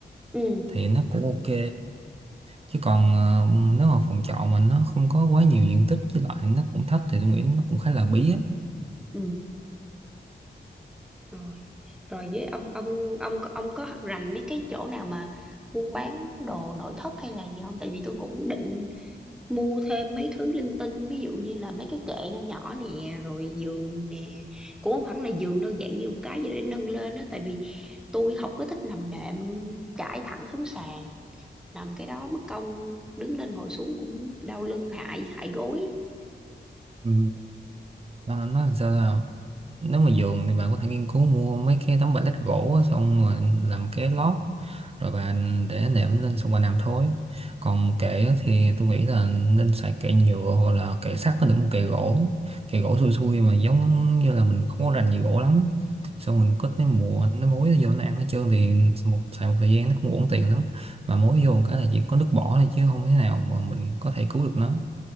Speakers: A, in the centre; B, on the right.
A: ừ
B: thì nó cũng ok. Chứ còn ờ, nếu mà phòng trọ mình nó không có quá nhiều diện tích với lại nó cũng thấp thì tôi nghĩ nó cũng khá là bí á.
A: ừ rồi rồi với ông ông ông có- ông có rành mấy cái chỗ nào mà buôn bán đồ nội thất hay là gì không tại vì tôi cũng định mua thêm mấy thứ linh tinh ví dụ như là mấy cái kệ nho nhỏ nè rồi giường nè cũng không hẳn là giường đâu dạng như một cái gì đó để nâng lên á tại vì tôi không có thích nằm đệm trải thẳng xuống sàn nằm cái đó mất công đứng lên ngồi xuống cũng đau lưng hại hại gối á.
B: Ừ. nó nó làm sao là nếu mà giường thì bạn có thể nghiên cứu mua mấy cái tấm pallet gỗ á, xong rồi làm cái lót rồi bạn để nệm lên xong bạn nằm thôi còn kệ á thì tôi nghĩ là nên xài kệ nhựa hoặc là kệ sắt có được một kệ gỗ kệ gỗ xui xui mà giống như là mình không có rành gì gỗ lắm xong mình có cái mùa nó mối nó vô nó ăn hết trơn thì một xài một thời gian nó cũng uổng tiền lắm mà mối vô một cái là chỉ có nước bỏ thôi chứ không thế nào mà mình có thể cứu được nó